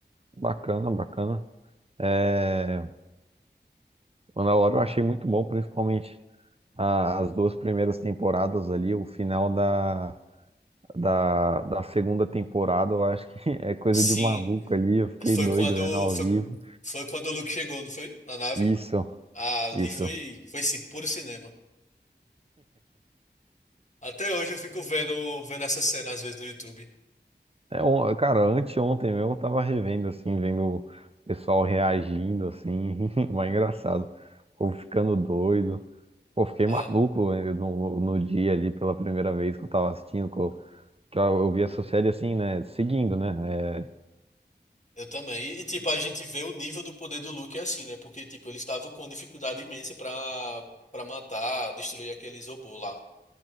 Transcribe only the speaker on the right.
Bacana, bacana. É. Mandalorian eu achei muito bom, principalmente a- as duas primeiras temporadas ali, o final da, da, da segunda temporada, eu acho que <laughs> é coisa
de maluco ali, eu fiquei
doido
vendo ao
vivo.
Isso,
isso.
É, on- cara, anteontem mesmo eu tava revendo, assim, vendo o pessoal reagindo, assim, <laughs> mas é engraçado. O povo ficando doido. Pô, eu fiquei
maluco eh, no, no dia ali, pela primeira vez que eu tava assistindo, que eu, que eu eu vi essa série assim, né, seguindo, né, é,